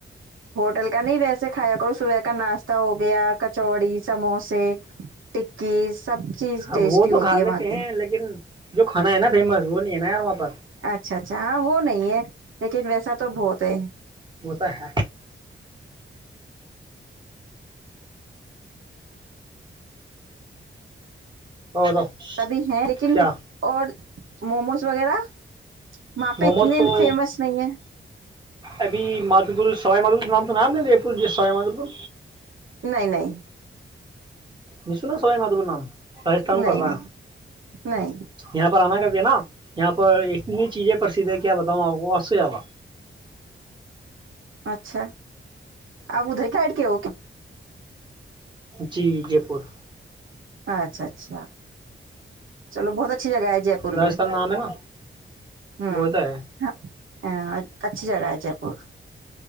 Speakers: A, on the right; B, on the right.
A: ہوٹل کا نہیں ویسے کھایا کرو صبح کا ناشتہ ہو گیا کچوڑی سموسے ٹکی سب چیز
B: اب
A: ٹیسٹی
B: وہ تو
A: ہوتی
B: کھا لیتے
A: ہے وہاں کی
B: ہیں لیکن جو کانا ہے نا فیمس وہ ل ہے نا یار وہاں پر
A: اچھا اچھا ہاں وہ نہیں ہے لیکن ویسا تو بہت ہے
B: وہ تو ہے اور بتاؤ
A: سبھی ہیں لیکن
B: کیا
A: اور موموز وغیرہ وہاں
B: موموز
A: پہ اتنے
B: تو
A: فیمس نہیں ہیں
B: ابھی مادوپور سوائی مادھور نام سنا آپ نےا جے پور جی سوائی مادوپور
A: نہیں نہیں
B: نشوناا سبائ مادور نام راجستھان
A: نہیں
B: کا تھا
A: نہیں نہیں
B: یہاں پر آنا کا نا یہاں پر اتنی چیزیں پرسھ ہے کیا بتاؤں آپ کو اور سے زیادہ
A: اچھا آپ ادھر کاٹ کے ہو کیا
B: جی جے پور
A: اچھا اچھا چلو بہت اچھی جگہ ہے جے پور
B: راجستھان
A: بھی
B: نام ہے نا
A: ہ ہ
B: وہ تو ہے
A: ہاں اچھی جگہ ہے جے پور